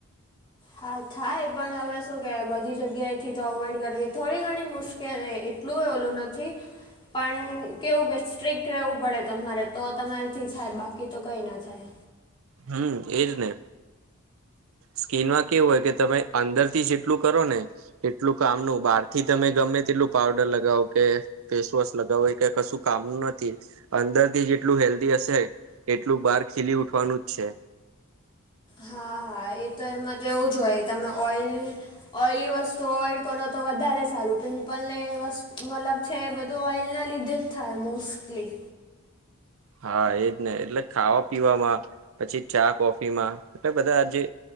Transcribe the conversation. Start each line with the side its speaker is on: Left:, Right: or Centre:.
Left: હા થાય પણ હવે શું કહેવાય બધી જગ્યાએથી તો અવોઈડ કરવી થોડી ઘણી મુશ્કેલ એ ટલુંય ઓલું નથી. પણ કેવું કે સ્ટ્રક રહેવું પડે તમારે તો તમારીથી થાય બાકી તો કંઈ ના થાય.
Right: હમ એજ ને. સ્કીનમાં કેવું હોય કે તમે અંદર થી જેટલું કરો ને એટલું કામનું બહાર થી તમે ગમે તેટલું પાવડર લગાવ કે ફેસ વોશ લગાવ એ ક કશું કામનું નથી અંદર થી જેટલું હેલ્ધી હશે. એટલું બાર ખીલી ઉઠવાનું જ છે.
Left: હા હા એ તો એમમાં તો એવું જ હોય તમે ઓઈલ. ઓઈલી વસ્તુ અવોઈડ કરો તો વધારે સારું પિમ્પલ ને મતલબ છે એ બધું ઓઇલના લીધે જ થાય મોસ્ટલી
Right: હા એજ ને એટલે ખાવા પીવામાં પછી ચા કોફી માં એટલે બધા આજે